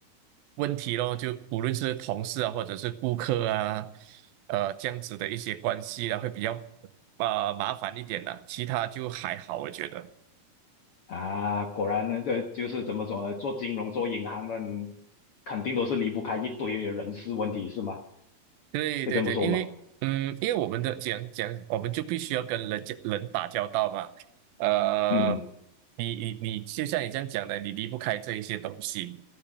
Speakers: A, on the right; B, on the left.
A: 问题咯，就无论是同事啊，或者是顾客啊，呃，这样子的一些关系啊，会比较啊、呃麻烦一点的、其他就还好，我觉得。
B: 啊，果然呢，这就是怎么说呢？做金融、做银行的，肯定都是离不开一堆人事问题，是吗？
A: 对对对，
B: 可以这么说吗？
A: 因为嗯，因为我们的讲讲，我们就必须要跟人家人打交道嘛。呃，
B: 嗯
A: 你你你，就像你这样讲的，你离不开这一些东西。